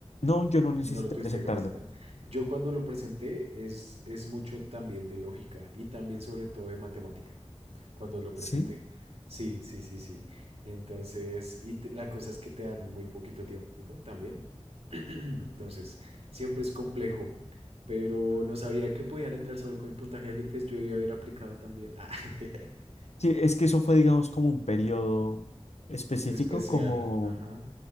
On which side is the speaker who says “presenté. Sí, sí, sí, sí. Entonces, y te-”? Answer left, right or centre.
Right